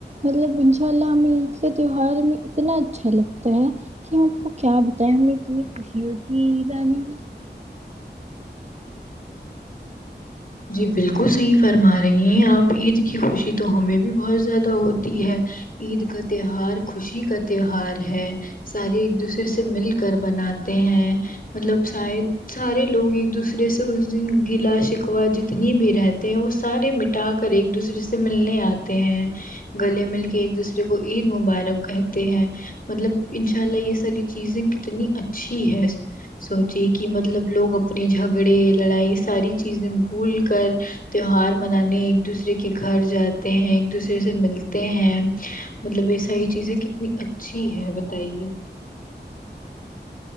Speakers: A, on the right; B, on the left.
A: مطلب ان شاء اللہ ہمیں عید کا تہوار میں اتنا اچھا لگتا ہے کہ ہم آپ کو کیا بتائے ہمیں اتنی خوشی ہوتی ہے رانی کیی
B: جی بالکل صحیح فرما رہی ہیں آپ عید کی خوشی تو ہمیں بھی بہت زیادہ ہوتی ہے عید کا تہوار خوشی کا تہوار ہے سارے ایک دوسرے سے مل کر بناتے ہیں مطلب شاید سارے لوگ ایک دوسرے سے اس دن گلا ش ا جتنی بھی رہتے ہیں وہ سارے مٹا کر ایک دوسرے سے ملنے آتے ہیں گلے مل کے ایک دوسرے کو عید مبارک کہتے ہیں مطلب انشاء اللہ یہ ساری چیزیں اتنی اچھی ہے سوچی کہ مطلب لوگ اپنے جھگڑے لڑائی ساری چیز چز بھول کر تیوار منانے ایک دوسرے کے گھر جاتے ہیں ایک دوسرے ا سے ملتے ہیں مطلب یہ ساری چیزیں کتنی اچھی ہے بتائیے